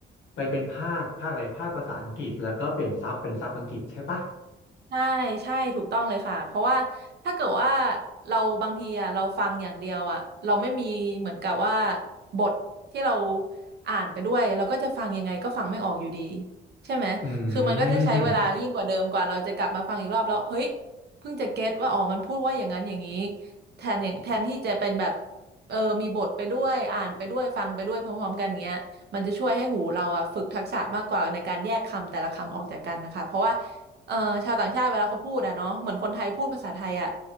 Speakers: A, on the left; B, on the right.
A: ไปเป็นภาคภาคอะไรภาคภาษาอังกฤษแล้วก็เปลี่ยนซับเป็นซับอังกฤษใช่ปะ
B: ใช่ใช่ถูกต้องเลยค่ะเพราะว่าถ้าเกิดว่าเราบางทีอ่ะเราฟังอย่างเดียวอ่ะเราไม่มีเหมือนกับว่าบทที่เราอ่านไปด้วยเราก็จะฟังยังไงก็ฟังไม่ออกอยู่ดีใช่ไหมคือมันก็จะใช้เวลายิ่งกว่าเดิมกว่าเราจะกลับมาฟังอีกรอบแล้วเฮ้ย
A: อืม
B: เพิ่งจะเก็ตว่าอ๋อมันพูดว่าอย่างนั้นอย่างนี้แทนอย่างแทนที่จะเป็นแบบเออมีบทไปด้วยอ่านไปด้วยฟังไปด้วยพร้อมๆกันอย่างเงี้ยมันจะช่วยให้หูเราอะฝึกทักษะมากกว่าในการแยกคำแต่ละคำออกจากกันนะคะเพราะว่า เอ่อชาวต่างชาติเวลาเขาพูดอะเนาะเหมือนคนไทยพูดภาษาไทยอะ